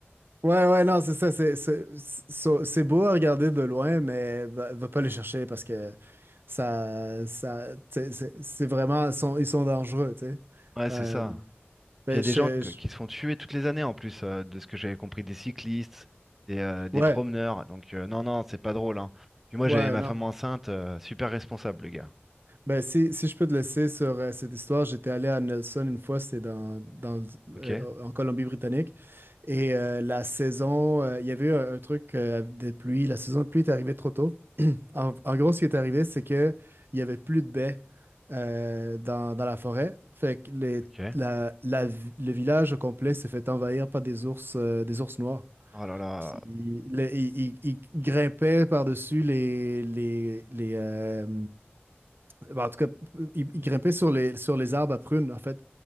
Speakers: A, on the right; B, in the centre.
A: Ouais, ouais, non, c'est ça. C'est c'est- c'est- c'est beau à regarder de loin, mais va, va pas les chercher parce que ça, ça, tu sais, c'est c'est vraiment, ils sont, ils sont dangereux, tu sais.
B: Ouais, c'est
A: Euh,
B: ça.
A: ben,
B: Puis il y a des
A: je-
B: gens que-
A: je-
B: qui se font tuer toutes les années en plus, euh, de ce que j'avais compris, des cyclistes, des, euh, des
A: ouais,
B: promeneurs. Donc euh, non, non, c'est pas drôle, hein. Puis moi
A: ouais,
B: j'avais ma
A: non.
B: femme enceinte, euh, super responsable, le gars.
A: Ben, si, si je peux te laisser sur euh, cette histoire, j'étais allé à Nelson une fois, c'était dans, dans, le-
B: Ok?
A: euh, en Colombie-Britannique. Et euh, la saison, euh, il y avait eu un, un truc euh, de pluie. La saison de pluie est arrivée trop tôt. En, en gros, ce qui est arrivé, c'est que il y avait plus de baies euh, dans, dans la forêt. Fait que les-
B: Ok.
A: la- la vi- le village au complet s'est fait envahir par des ours, euh, des ours noirs.
B: Oh là là.
A: Puis, les- Ils, ils- ils grimpaient par-dessus les, les, les, euh, ben, en tout cas, ils, ils grimpaient sur les, sur les arbres à prunes, en fait.